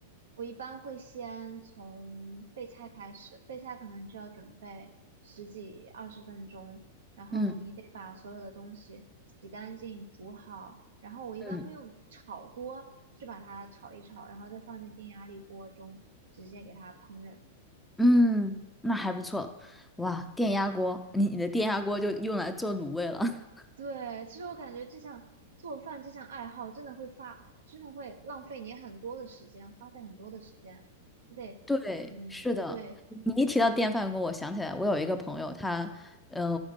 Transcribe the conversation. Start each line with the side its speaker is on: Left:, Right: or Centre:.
Right: 我一般会先从备菜开始，备菜可能就要准备十几二十分钟，然后你得把所有的东西洗干净、
Centre: 嗯，
Right: 煮好，然后我一般会用炒锅去把它炒一炒，
Centre: 嗯
Right: 然后再放进电压力锅中直接给它烹饪。
Centre: 嗯，那还不错。哇，电压锅，你你的电压锅就用来做卤味了。<laughs>
Right: 对，其实我感觉这项做饭这项爱好真的会发，真的会浪费你很多的时间，花费很多的时间，你得，
Centre: 对，
Right: 嗯，
Centre: 是的。
Right: 对。
Centre: 你一提到电饭锅，我想起来，我有一个朋友，他呃，